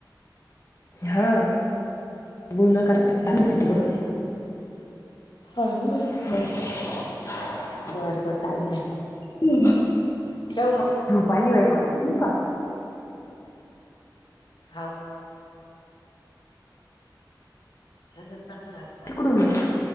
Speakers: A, on the left; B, on the left.
A: हा गुळण्या करत्यात चालूच हाय की बोलो
B: हा हा ना
A: <unintelligible>
B: बरं बरं चालन बाई
A: <unintelligible>
B: ठेव मग
A: झोप आली बाई मला ठेवू का?
B: हाव तसच करतो काय काम
A: तिकडून
B: बीम करतो
A: मग
B: ना